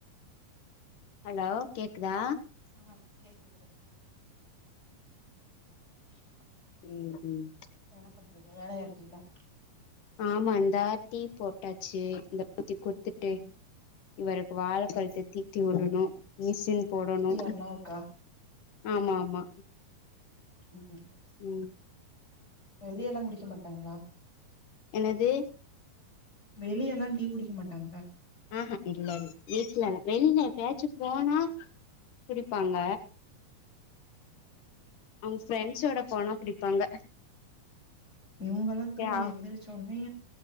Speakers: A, on the left; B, on the left.
A: ஹலோ கேக்குதா
B: ஆ கேக்குது அரசு <inaudible>
A: ம் ம்
B: என்ன பண்றீங்க வேலயா இருக்கீங்ளா
A: ஆமா இந்தா டீ போட்டாச்சி இந்தா ஊத்தி குடுத்துட் டு
B: ம்
A: இவருக்கு வாழைப்பழத்த
B: ம்
A: தீத்தி உடணு மிஷின் போடணு
B: டீ அண்ணாவுக்கா
A: ஆமா ஆமா
B: ம் ம் ங்க
A: உம்
B: ஒரு இல முடிக்க மாட்டாங்ளா
A: என்னது
B: வெளியெல்லாம் டீ குடிக்க மாட்டாங்களா
A: ஆ ஆ இல்லல் வீட்ல வெளில எப்பயாச்சும் போனா குடிப்பாங்க அவுங்க ஃப்ரெண்ட்ஸ் ஓட போனா குடிப்பாங்க
B: இவங்கெல்லாம் தூங்கி
A: ஆ
B: எந்திருச்சோன்னே